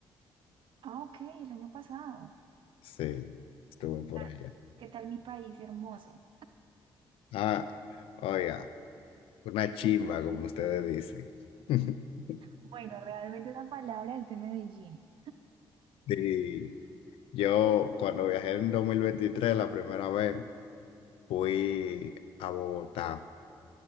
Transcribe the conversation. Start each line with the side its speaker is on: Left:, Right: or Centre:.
Right: Ah, ok, el año pasado.
Left: Sí, estuve
Right: ¿Qué
Left: por
Right: tal
Left: allá.
Right: ¿Qué tal mi país hermoso?
Left: Ah, oiga, una chimba, como ustedes dicen. <laughs>
Right: Bueno, realmente la palabra es de Medellín.
Left: Sí, Yo cuando viajé en 2023 la primera vez fui a Bogotá.